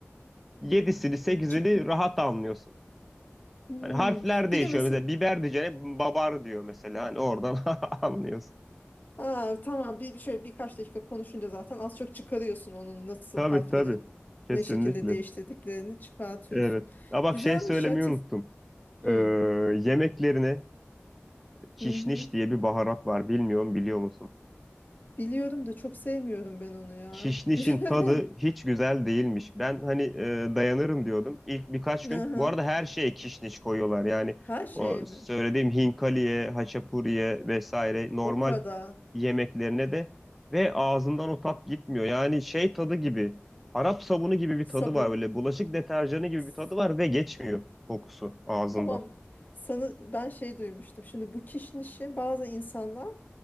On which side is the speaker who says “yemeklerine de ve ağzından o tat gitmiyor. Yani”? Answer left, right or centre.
Centre